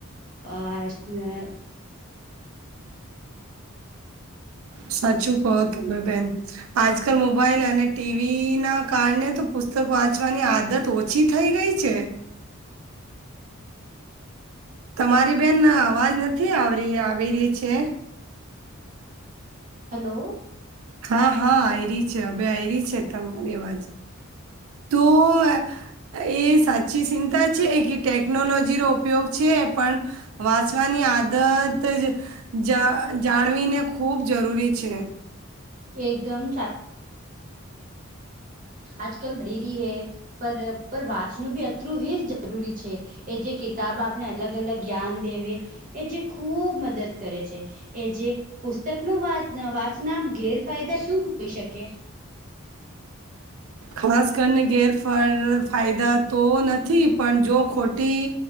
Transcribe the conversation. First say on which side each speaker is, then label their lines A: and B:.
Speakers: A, on the right; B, on the right.
A: અ આ <unintelligible>
B: સાચું કહો તમે બેન. આજકાલ મોબાઈલ અને ટીવી ના કારણે તો પુસ્તક વાંચવાની આદત <unintelligible> છી થઈ ગઈ છે. તમારી બેન અવાજ નથી, આવ આવી રહી છે.
A: હેલો,
B: હા હા આવે છે, હવે આવે છે, તમારી અવાજ. તો. એ સાચી ચિંતા છે, કે ટેકનોલોજીનો ઉપયોગ છે, પણ. વાંચવાની આદત જ. જાણવીને ખૂબ જરૂરી છે.
A: એકદમ <unintelligible> આજકાલ બી રહી હૈ પર વાંચવા નું પણ એટલું જ જરૂરી છે. એ જે કિતાબ આપણે અલગ અલગ જ્ઞાન દેવે એ જે ખૂબ મદદ કરે છે. એ જે પુસ્તક ન વાંચના ગેરફાયદા શું હોઈ શકે?
B: ખાસ કરીને ગેરફર ફાયદા તો નથી પણ જો ખોટી.